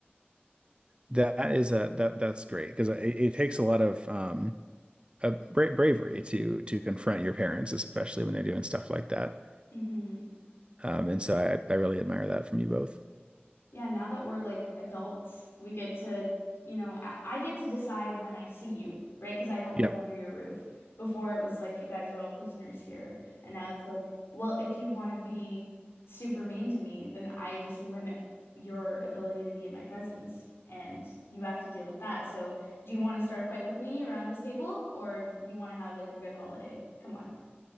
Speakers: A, on the right; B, on the left.
A: that is a that that's great because it, it takes a lot of um a bra bravery to to confront your parents, especially when they're doing stuff like that.
B: hmm
A: Um, and so I I really admire that from you both.
B: Yeah, now that we're like adults, we get to, you know, I, I get to decide when I see you, right? Because I don't live
A: Yep.
B: under your roof. Before it was like you guys are all prisoners here. And now it's like, well, if you want to be super mean to me, then I just limit your ability to be in my presence. And you have to deal with that. So, do you want to start a fight with me around this table, or you want to have like a good holiday? Come on.